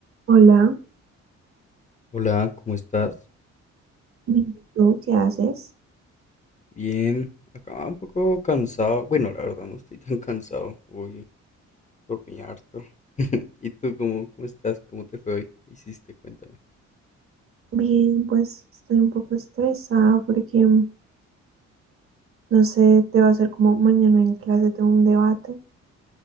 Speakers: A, on the right; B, on the left.
A: Hola,
B: Hola, ¿cómo estás?
A: ¿y tú qué haces?
B: Bien, acá un poco cansado. Bueno, la verdad no estoy tan cansado. Hoy dormí harto. <laughs> ¿Y tú cómo, cómo estás? ¿Cómo te fue hoy? ¿Qué hiciste? Cuéntame.
A: Bien, pues estoy un poco estresada porque, mm, no sé, te va a ser como mañana en clase tengo un debate